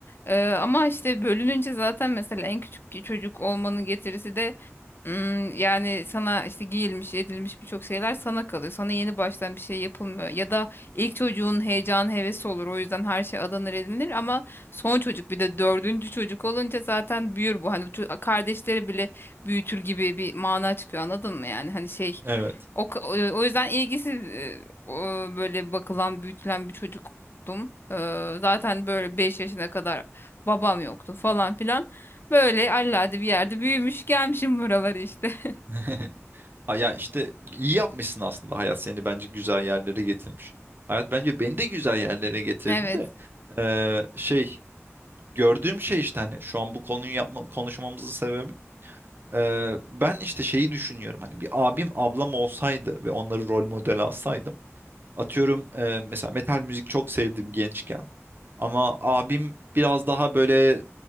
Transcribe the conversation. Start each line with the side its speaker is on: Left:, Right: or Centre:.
Left: Ee, ama işte bölününce zaten mesela en küçük ki- çocuk olmanın getirisi de ım, yani sana işte giyilmiş edilmiş birçok şeyler sana kalıyor. Sana yeni baştan bir şey yapılmıyor. Ya da ilk çocuğun heyecanı hevesi olur. O yüzden her şey adanır edilir ama son çocuk bir de dördüncü çocuk olunca zaten büyür bu. Hani ço- kardeşleri bile büyütür gibi bir mana çıkıyor anladın mı yani? Hani şey
Right: Evet.
Left: o, k- o yüzden ilgisiz e, o, böyle bakılan büyütülen bir çocuktum. Ee, zaten böyle 5 yaşına kadar babam yoktu falan filan. Böyle allade bir yerde büyümüş gelmişim buralara işte. <laughs>
Right: <laughs> Ha, Ya işte iyi yapmışsın aslında. Hayat seni bence güzel yerlere getirmiş. Hayat bence beni de güzel yerlere getirdi
Left: Evet.
Right: de eee, şey gördüğüm şey işte hani şu an bu konuyu yapma, konuşmamızın sebebi Ee, ben işte şeyi düşünüyorum hani bir abim ablam olsaydı ve onları rol model alsaydım atıyorum e, mesela metal müzik çok sevdim gençken ama abim biraz daha böyle